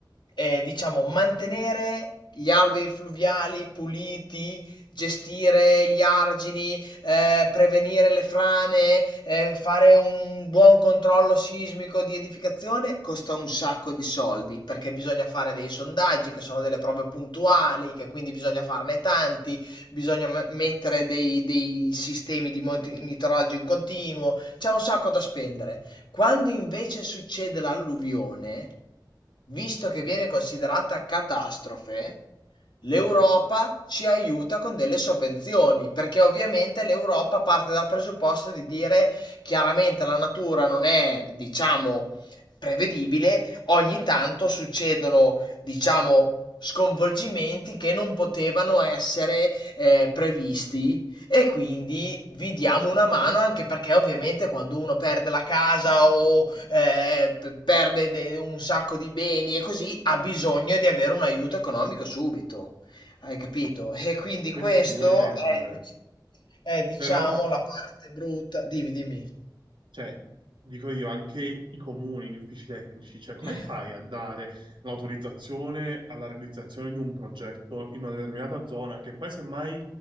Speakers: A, on the left; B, on the right.
A: eh, diciamo mantenere gli alvei fluviali puliti, gestire gli argini, eh, prevenire le frane, eh, fare un buon controllo sismico di edificazione, costa un sacco di soldi perché bisogna fare dei sondaggi che sono delle prove puntuali, che quindi bisogna farne tanti, bisogna me- mettere dei, dei sistemi di monitoraggio in continuo, c'è un sacco da spendere. Quando invece succede l'alluvione, visto che viene considerata catastrofe, L'Europa ci aiuta con delle sovvenzioni, perché ovviamente l'Europa parte dal presupposto di dire chiaramente la natura non è, diciamo, prevedibile, ogni tanto succedono, diciamo, sconvolgimenti che non potevano essere eh, previsti e quindi vi diamo una mano anche perché ovviamente quando uno perde la casa o eh, p- perde de- un sacco di beni e così ha bisogno di avere un aiuto economico subito. Hai capito? E quindi
B: Questo
A: questo
B: sicuramente,
A: è, è, diciamo,
B: però.
A: la parte brutta. Dimmi, dimmi.
B: cioè, dico io, anche i comuni, gli uffici tecnici, cioè, come
A: Eh,
B: fai a dare l'autorizzazione alla realizzazione di un progetto in una determinata zona, che poi semmai